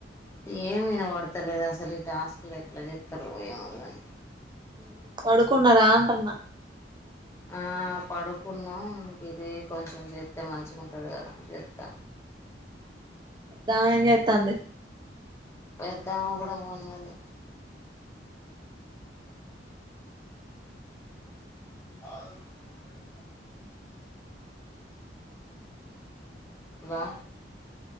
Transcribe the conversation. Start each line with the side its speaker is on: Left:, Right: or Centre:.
Left: ఏమ వినబడతలేదు అసలు, ఈ టాస్క్లు ఎట్లా చెతారో ఏమో గాని.
Right: ఉ పడుకున్నరా అంటున్న
Left: ఆ ఆ పడుకున్నా, ఇది కొంచెం చేస్తే మంచిగా ఉంటది కదా అని చేత్త.
Right: తానేం చేతాంది?
Left: పెద్ద ఆమె కూడా కొన్నది <inaudible> వా